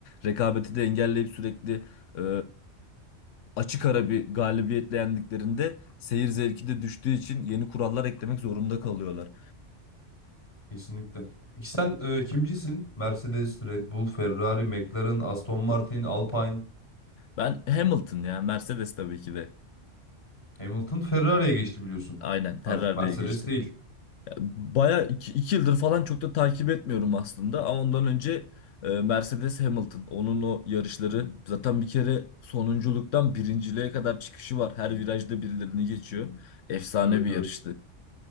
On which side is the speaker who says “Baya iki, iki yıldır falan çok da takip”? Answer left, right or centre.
Left